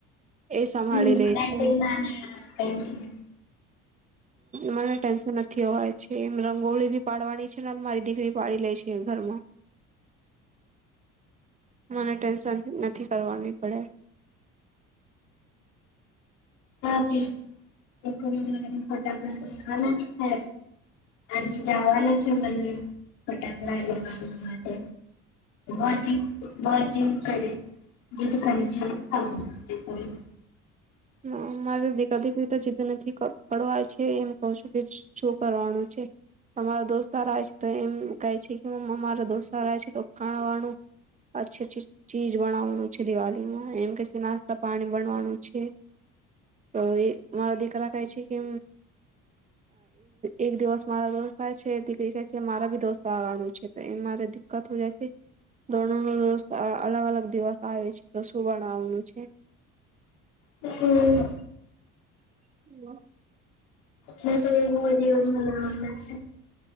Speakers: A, on the right; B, on the left.
A: એ સંભાળી
B: હમ
A: લે
B: ડાઈડીગ
A: છે
B: ગમે યાર ડાઈડીગ
A: મને ટેન્શન નથી હોય છે એમ રંગોળી ભી પાડવાની છે ને મારી દીકરી પાડી લે છે ઘરમાં મને ટેન્શન નથી કરવાની પડે
B: હા ભી ફટાકડા લેવા છે આજે જવાના છે બને ફટાકડા લેવા માટે બ જ બ જદ કરે જીદ કરે છે <unintelligible>
A: હ અ મારે દીકરી દીકરી તો જિદ્દ નથી પડવાય છે એમ કહ છું કે શું કરવાનું છે તમારા દોસ્તાર આવે છે તો એમ કહે છે કે અમારા દોસ્તાર આવે છે તો ખાવાનું અચછી અચ્છી ચીજ બનાવાનું છે દિવાળીમાં એમ કે છે નાસ્તા પાણી બનવાનું છે તો એ મારા દીકરા કહે છે કે એક દિવસ મારા દોસ્ત આવે છે દીકરી કહે છે મારા બી દોસ્ત આવવાનું છે તો એ મારે દિકકત જાય છે દોરોસ્ અલગ અલગ દિવસ આવે છે તો શું બનાવવાનું છે
B: હમ
A: <unintelligible>
B: મે તો મગ જીવન બનાવા બ છે